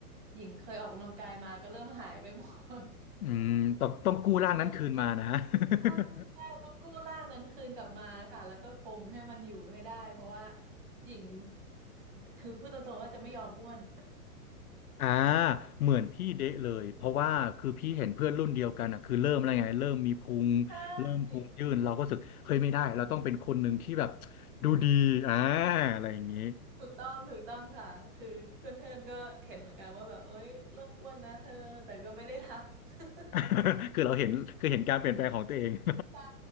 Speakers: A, on the right (about 30°); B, on the left (about 70°).
A: หญิงเคยออกกำลังกายมาก็เริ่มหายไปหมด
B: อืมต้องต้องกู้ร่างนั้นคืนมานะ
A: <laughs> ก็เลย
B: <laughs>
A: ใช่ใช่ต้องกู้ร่างนั้นคืนกลับมาค่ะแล้วก็คงให้มันอยู่ให้ได้เพราะว่าหญิงคือพูดตรงๆว่าจะไม่ยอมอ้วน
B: อ่าเหมือนพี่เดะเลยเพราะว่าคือพี่เห็นเพื่อนรุ่นเดียวกันอ่ะคือเริ่มอะไรไงเริ่มมีพุง
A: <laughs>
B: เริ่มพุงยื่นเราก็รู้สึกเฮ้ยไม่ได้เราต้องเป็นคนหนึ่งที่แบบ
A: ใช่
B: ดูดีอ่าอะไรอย่างนี้
A: ถูกต้องถูกต้องค่ะคือเพื่อนเพื่อนก็เห็นเหมือนกันว่าแบบเอ้ยเริ่มอ้วนนะเธอแต่ก็ไม่ได้ทัก <laughs>
B: <laughs> คือเราเห็นคือเห็นการเปลี่ยนแปลงของตัวเอง <laughs>
A: ใช่